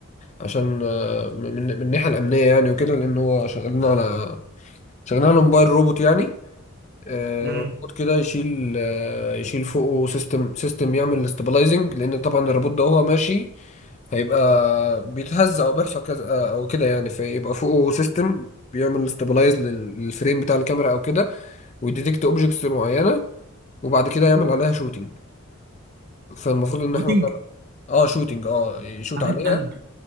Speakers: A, on the left (about 30°); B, on the right (about 45°).
A: عشان آه، من من من الناحيه الامنيه يعني وكده لان هو شغالين على شغالين على موبايل روبوت يعني آه،
B: امم
A: روبوت كده يشيل آه، يشيل فوقه سيستم سيستم يعمل استابلايزنج لان طبعا الروبوت ده وهو ماشي هيبقى بيتهز او بيحصل كذا آه، او كده يعني فيبقى فوقه سيستم بيعمل استابلايز للفريم بتاع الكاميرا او كده ويديتكت اوبجكتس معينه وبعد كده يعمل عليها شوتينج فالمفروض ان
B: روتين
A: احنا اه شوتينج اه يشوت
B: حبيب
A: عليها
B: قلبي